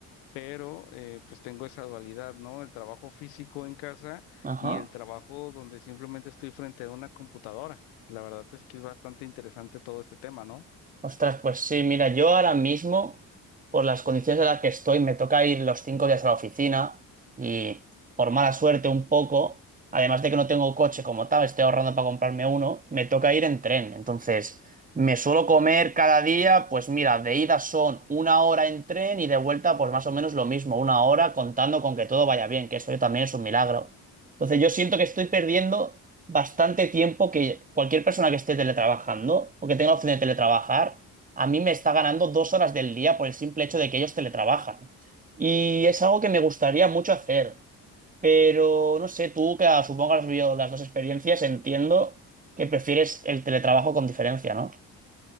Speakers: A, on the left (about 80°); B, on the right (about 20°).
A: pero eh, pues tengo esa dualidad, ¿no? El trabajo físico en casa
B: ajá.
A: y el trabajo donde simplemente estoy frente a una computadora. La verdad es que es bastante interesante todo este tema, ¿no?
B: Ostras, pues sí, mira, yo ahora mismo, por las condiciones en las que estoy, me toca ir los cinco días a la oficina y por mala suerte un poco, además de que no tengo coche como tal, estoy ahorrando para comprarme uno, me toca ir en tren. Entonces, me suelo comer cada día, pues mira, de ida son una hora en tren y de vuelta, pues más o menos lo mismo, una hora contando con que todo vaya bien, que eso también es un milagro. Entonces, yo siento que estoy perdiendo bastante tiempo que cualquier persona que esté teletrabajando o que tenga la opción de teletrabajar, a mí me está ganando dos horas del día por el simple hecho de que ellos teletrabajan. Y es algo que me gustaría mucho hacer, pero no sé, tú que ah, supongo que has vivido las dos experiencias, entiendo que prefieres el teletrabajo con diferencia, ¿no?